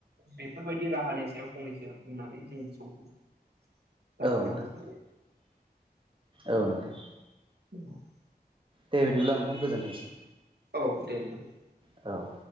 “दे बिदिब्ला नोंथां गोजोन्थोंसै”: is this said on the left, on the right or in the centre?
Right